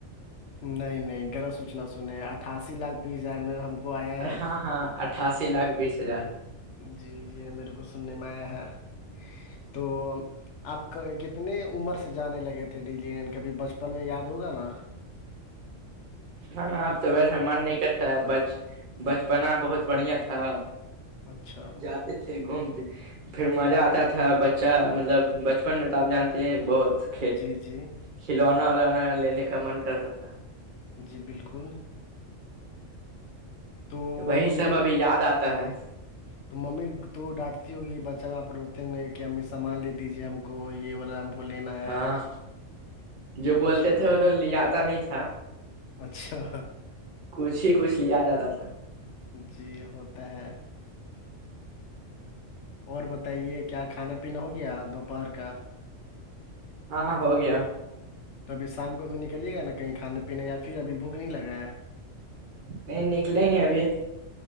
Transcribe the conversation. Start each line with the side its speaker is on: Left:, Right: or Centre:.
Left: نہیں نہیں گرہ سوچنا سنے اٹھاسی لاکھ بیس ہزار میں ہم کو آیا ہے
Right: ہاں ہاں اٹھاسی لاکھ بیس ہزار
Left: جی یہ میرے کو سننے میں آیا ہے تو آپ کتنے عمر سے جانے لگے تھے ڈیلی لینڈ کبھی بچپن میں یاد ہوگا نا
Right: ہاں اب تو ویسا من نہیں کرتا ہے بچ بچپنا بہت بڑھیا تھا
Left: اچھا
Right: جاتے تھے گھومتے پھر مزہ آتا تھا بچہ مطلب بچپن میں تو آپ جانتے ہیں بہت تو
Left: جی جی
Right: کھلونا ولوا لینے کا من کرتا تھا
Left: جی بالکل تو
Right: وہی
Left: مممی
Right: سب ابھی یاد آتا ہے
Left: تو ممی تو ڈانٹتی ہوگی بچہ وہاں پر روتے ہوں گے کہ امی سامان لے دیجیے ہم کو یہ والا ہم کو وہ لینا ہے
Right: ہاں جو
Left: اچھا
Right: بولتے تھے وہ تو لے آتا نہیں تھا
Left: اچھا
Right: کچھ ہی کچھ لیا آ جاتا تھار
Left: جی ہوتا ہے اور بتائیے کیا کھانا پینا ہو گیا دوپہر کا
Right: ہاں ہو گیا
Left: تو ابھی شام کو تو نکلیے گا نا کہیں کھانے پینے یا پھر ابھی بھوک نہیں لگا ہے
Right: نہیں نکلیں گے ابھی